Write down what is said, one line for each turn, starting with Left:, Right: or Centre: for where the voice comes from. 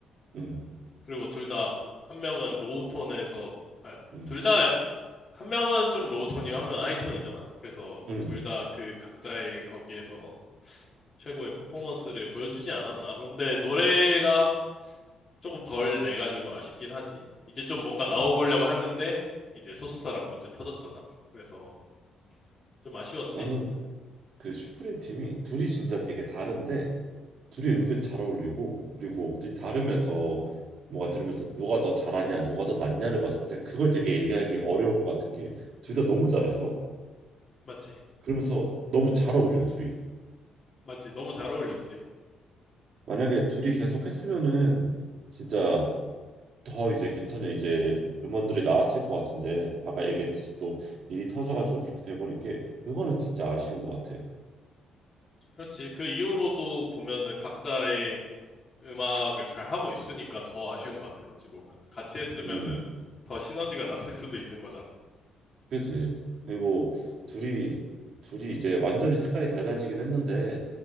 Right: 음,
Left: 그리고 둘 다 한 명은 로우 톤에서 아,
Right: 음,
Left: 둘 다 한 명은 좀 로우 톤이고 한 명은 하이 톤이잖아. 그래서
Right: 음.
Left: 둘 다 그 각자의 거기에서 최고의 퍼포먼스를 보여주지 않았나. 그런데 노래가 조금 덜 내가지고 아쉽긴 하지. 이제 좀 뭔가 나와보려고
Right: 그지.
Left: 하는데 이제 소속사랑 문제 터졌잖아. 그래서 좀 아쉬웠지.
Right: 나는 그 슈프림 팀이 둘이 진짜 되게 다른데 둘이 은근 잘 어울리고 그리고 둘이 다르면서 뭐가 들으면서 누가 더 잘하냐 누가 더 낫냐를 봤을 때 그걸 되게 얘기하기 어려운 것 같은 게 둘 다 너무 잘해서
Left: 맞지?
Right: 그러면서 너무 잘 어울려 둘이.
Left: 맞지? 너무 잘 어울렸지.
Right: 만약에 둘이 계속 했으면은 진짜 더 이제 괜찮은 이제 음원들이 나왔을 것 같은데 아까 얘기했듯이 또 일이 터져가지고 그렇게 돼버린 게 그거는 진짜 아쉬운 것 같아.
Left: 그렇지. 그 이후로도 보면은 각자의 음악을 잘 하고 있으니까 더 아쉬운 것 같아. 어찌 보면 같이 했으면은
Right: 음,
Left: 더 시너지가 났을 수도 있는 거잖아.
Right: 그지. 그리고 둘이 둘이 이제 완전히 색깔이 달라지긴 했는데